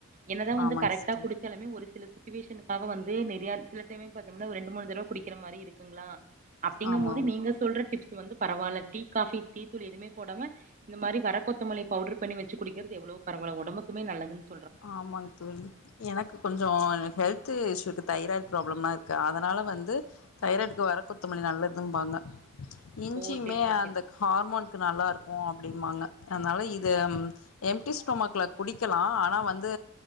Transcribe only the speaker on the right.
என்னதான் வந்து
கரெக்டா
குடிச்சாலுமே ஒரு சில சுச்சுவேஷனுக்காக வந்து சில டைமே ஒரு ரெண்டு மூணு தடவை குடிக்கிற மாதிரி இருக்குங்களா அப்படிங்கது
சொல்ற டிப்ஸ் வந்து பரவால்ல டீ காபி டீ தூள் எதுவும போடாம இந்த மாதிரி வர கொத்தமல்லி பவுடர் பண்ணி வச்சு குடிக்கிறது எவ்வளோ பரவல உடம்பக்கும நல்லதுன்ன
ஓ! சரிங்க சரி.